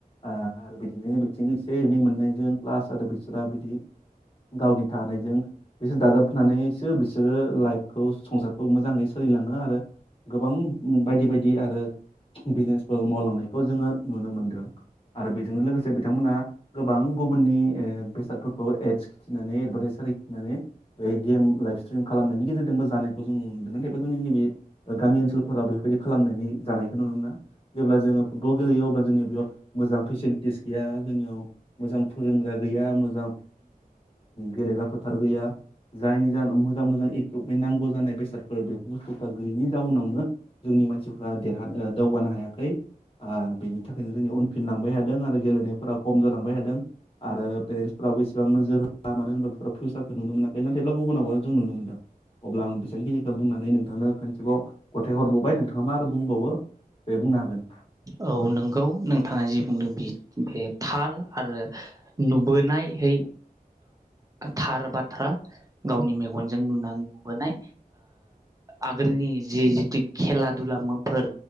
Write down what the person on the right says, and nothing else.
औ नंगौ नोंथाङा जि बुंदों बे बे थार आरो नुबोनायहै थार बाथ्रा गावनि मेगनजों नुनानै नुबोनाय आगोलनि जि जितु खेला दुलाफोर